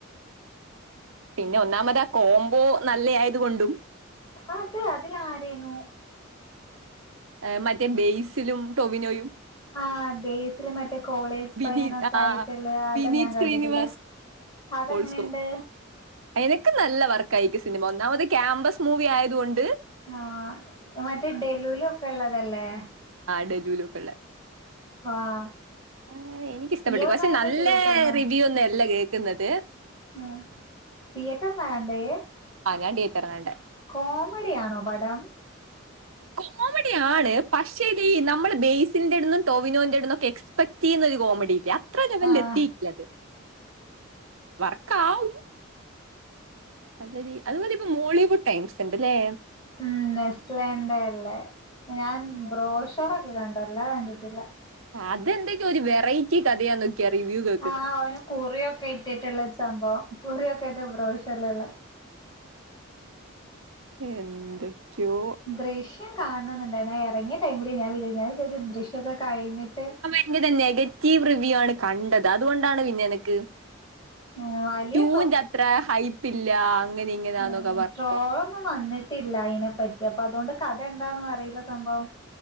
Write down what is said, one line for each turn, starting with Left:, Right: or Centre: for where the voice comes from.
Right: പിന്നെ ഒന്നാമത് ആ കോംബോ, നല്ലയായത് കൊണ്ടും.
Left: അതെ അതിലാരെയ്ന്നു.
Right: ഏ മറ്റേ ബെയ്സിലും, ടൊവിനോയും.
Left: ആഹ്, ബേസില് മറ്റേ കോളേജ്
Right: വിനീത്
Left: പയ്യ നൊക്കെയിട്ട്ള്ള
Right: ആഹ്
Left: അത്
Right: വിനീത്
Left: ഞാൻ, കണ്ടിട്ടില്ല.
Right: ശ്രീനിവാസ്
Left: അതെങ്ങെനെണ്ട്.
Right: ഓൾസോ എനിക്ക് നല്ല വർക്കായി സിനിമ. ഒന്നാമത് ക്യാമ്പസ് മൂവി ആയത് കൊണ്ട്.
Left: ആഹ്, മറ്റേ ഡെലൂലക്കെ ള്ളതല്ലെ.
Right: ആഹ് ഡെലൂലുക്കെള്ളെ.
Left: ആഹ്.
Right: ആഹ് എനിക്കിഷ്ടപ്പെട്ട്ക്.
Left: ഇയ്യ് എവിടുന്നാ
Right: പക്ഷെ
Left: കണ്ടേ
Right: നല്ല
Left: തിയേറ്ററിന്ന്
Right: റിവ്യൂഒന്നെല്ല കേൾക്കുന്നത്.
Left: ഉം തിയേറ്റർന്നാ കണ്ടേ യ്യ്.
Right: അ തിയേറ്റർന്നാ കണ്ടെ.
Left: കോമഡിയാണോ പടം.
Right: കോമഡിയാണ് പക്ഷെടീ നമ്മള് ബേസിന്റെട്ന്നും. ടോവിനോന്റെ ഇടുന്നൊക്കെ എക്സ്പെക്ട് ന്നൊരു കോമഡിയില്ലാ അത്ര ലെവലിലെ
Left: ആഹ്
Right: ത്തീട്ടില്ലത്. വർക്കാവും. നല്ല രീ അതുമതിപ്പൊ മോളിവുഡ് ടൈംസ് ണ്ട്ല്ലേ.
Left: ഉം. നെസ്ലേന്റെ അല്ലെ. ഞാൻ ബ്രോഷറെക്കെ കണ്ടു എല്ലാ കണ്ടിട്ടില്ല.
Right: അതെന്തൊക്കെയോ, ഒരു വെറൈറ്റി കഥയാന്ന്. കൃറിവ്യൂഹ്
Left: ആഹ്. അവന് കുറിയൊക്കെ ഇട്ടിട്ടുള്ളെരു സംഭവം. കുറിയൊക്കെട്ട്, ബ്രോഷറിലുള്ള.
Right: എന്തൊക്കെയോ.
Left: ദൃശ്യം കാണണംന്ന്ണ്ടായ്നു അഎർങ്യയ ടൈമില് ഞാൻ വിജാര് ഞാൻ വിചാരിച്ചു ദൃശ്യയോക്കെ കഴിഞ്ഞിട്ട്.
Right: ഇന്ന്താനെഗറ്റീവ് റിവ്യൂ ആണ് കണ്ടത് അതുകൊണ്ടാണ് പിന്നെ എനക്ക്.
Left: ആഹ് വലിയ
Right: റ്റുന്റെത്ര ഹൈപ്പില്ല. അങ്ങനെ ഇങ്ങനെന്നൊക്കെ
Left: ആഹ്
Right: പറഞ്ഞു
Left: ട്രോളൊന്നും വന്ന്ട്ടില്ല അയിനെപ്പറ്റി അപ്പൊ അതൊണ്ട് കഥ എന്താണോ അറീല സംഭവം.